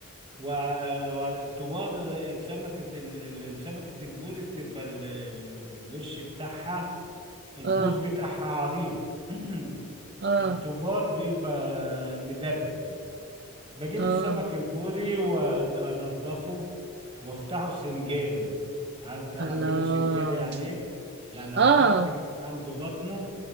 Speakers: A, on the right; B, on the right.
A: والطوبار السمكة ال- ال- السمكة البوري بتبقى ال- ال- الوش بتاعها البوز
B: اه
A: بتاعها عريض <clears throat>
B: اه
A: الطوبار بيبقى مدبب كده بجيب
B: اه
A: السمك البوري وانضفه وافتحه سنجاري عارفه اعمله
B: الله
A: سنجاري يعني ايه يعني
B: اه
A: افتحه كده من عند بطنه